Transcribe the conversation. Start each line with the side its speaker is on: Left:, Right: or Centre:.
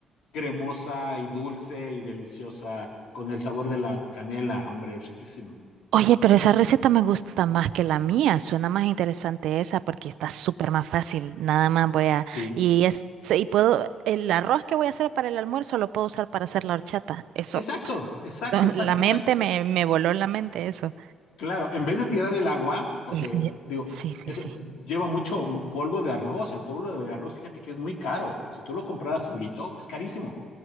Left: cremosa y dulce y deliciosa con el sabor de la canela, hombre, es riquísimo.
Right: Oye, pero esa receta me gusta más que la mía. Suena más interesante esa porque está súper más fácil. Nada más voy a...
Left: Sí,
Right: Y, es, y puedo... El arroz que voy a hacer para el almuerzo lo puedo usar para hacer la horchata. Eso...
Left: exacto,
Right: pf,
Left: exacto,
Right: eso-
Left: exacto,
Right: <laughs> la mente
Left: exacto, exacto.
Right: me, me voló la mente eso.
Left: Claro, en vez de tirar el agua, porque
Right: Eh, eh,
Left: digo,
Right: Sí, sí,
Left: eso
Right: sí.
Left: lleva mucho polvo de arroz, el polvo de arroz, fíjate que es muy caro. Si tú lo compraras solito, es carísimo.